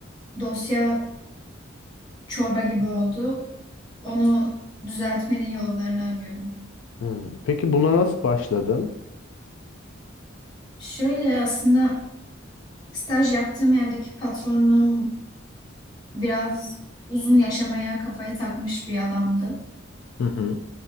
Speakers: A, on the left; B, on the left.
A: dosya çorba gibi oldu. Onu düzeltmenin yollarını arıyorum.
B: Hmm, Peki buna nasıl başladın?
A: Şöyle aslında staj yaptığım yerdeki patronum biraz uzun yaşamaya kafayı takmış bir adamdı.
B: Hı hı.